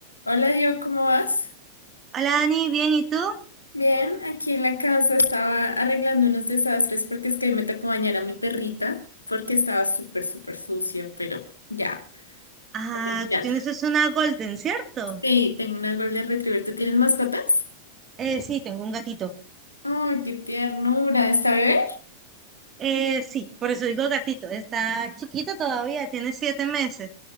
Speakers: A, on the left; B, on the right.
A: Hola, yo, ¿cómo vas?
B: Hola Dani, bien, ¿y tú?
A: Bien, aquí en la casa estaba arreglando unos desastres porque es que hoy me tocó bañar a mi perrita porque estaba súper, súper sucia, pero ya,
B: Ah,
A: estoy terminando.
B: tú tienes es una Golden, ¿cierto?
A: Sí, tengo una Golden Retriever. ¿Tú tienes mascotas?
B: Eh, sí, tengo un gatito.
A: Ay, qué ternura, ¿está bebé?
B: Eh, sí, por eso digo gatito. Está chiquito todavía, tiene siete meses.